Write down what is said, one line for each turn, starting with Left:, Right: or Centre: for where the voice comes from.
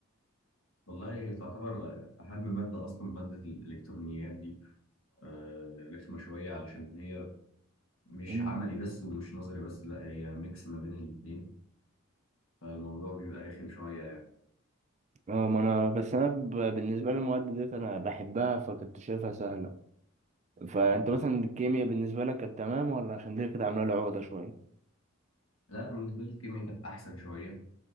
Left: والله تعتبر اهم ماده اصلا ماده الالكترونيات دي آه، رخمه شويه علشان هي مش
Right: مم.
Left: عملي بس ومش نظري بس لا هي ميكس ما بين الاثنين فالموضوع بيبقى رخم شويه يعني
Right: اه ما انا بس انا ب... بالنسبه للمواد ديت انا بحبها فكنت شايفها سهله فانت
Left: طب
Right: مثلا الكيمياء بالنسبه لك كانت تمام ولا عشان دي كانت عامله لي عقده شويه
Left: لا انا بالنسبه لي الكيمياء كانت احسن شويه